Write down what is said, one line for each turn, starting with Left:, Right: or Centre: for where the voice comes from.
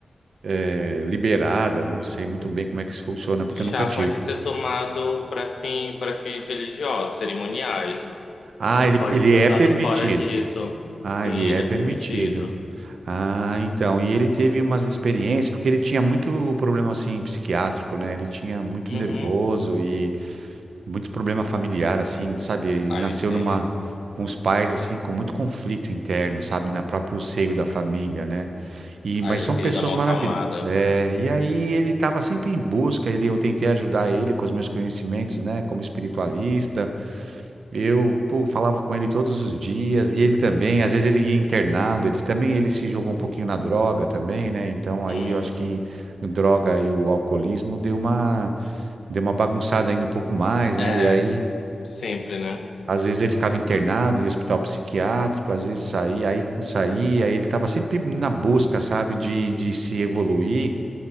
Right: é, liberada, não sei muito bem como é que isso funciona, porque
Left: O chá
Right: eu nunca tive.
Left: pode ser tomado para fim, para fins religiosos, cerimoniais.
Right: Ah,
Left: Não
Right: ele,
Left: pode
Right: ele
Left: ser
Right: é
Left: usado
Right: permitido.
Left: fora disso.
Right: Ah,
Left: Sim,
Right: ele é
Left: ele
Right: permitido.
Left: é permitido.
Right: Ah, então, e ele teve umas experiências, porque ele tinha muito problema, assim, psiquiátrico, né? Ele tinha muito
Left: Uhum.
Right: nervoso e muito problema familiar, assim, sabe? Ele
Left: Ah,
Right: nasceu
Left: eu entendo.
Right: numa, com os pais, assim, com muito conflito interno, sabe? Na próprio seio da família, né? E,
Left: Aí
Right: mas são
Left: eu queria
Right: pessoas
Left: dar uma
Right: maravilhosas.
Left: acalmada.
Right: É, e aí ele estava sempre em busca, ele, eu tentei ajudar ele com os meus conhecimentos, né, como espiritualista. Eu, pô, falava com ele todos os dias, e ele também, às vezes ele ia internado, ele também, ele se jogou um pouquinho na droga também, né? Então aí
Left: Hum,
Right: eu acho que a droga e o alcoolismo deu uma, deu uma bagunçada ainda um pouco mais,
Left: é,
Right: né? E aí
Left: sempre, né?
Right: Às vezes ele ficava internado em hospital psiquiátrico, às vezes saía, aí saía, ele estava sempre na busca, sabe, de, de se evoluir.